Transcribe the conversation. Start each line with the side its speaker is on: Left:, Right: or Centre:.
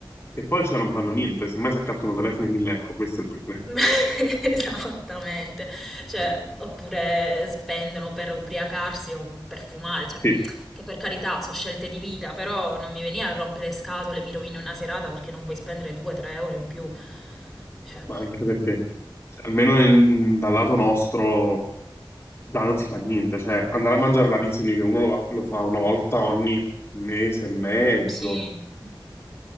Left: E poi cioè non fanno niente, semmai si accattano telefoni 1000 euro, questo è il problema.
Centre: <laughs> Esattamente, cioè, oppure spendono per ubriacarsi o per fumare, cioè,
Left: Sì.
Centre: che per carità sono scelte di vita, però non mi venire a rompere le scatole, mi rovino una serata perché non vuoi spendere 2-3 euro in più, cioè.
Left: ma anche perché, cioè, almeno nel- dal lato nostro, da non si fa niente, cioè andare a mangiare la pizza in New York, uno lo, va- lo fa una volta ogni mese e mezzo,
Centre: Sì.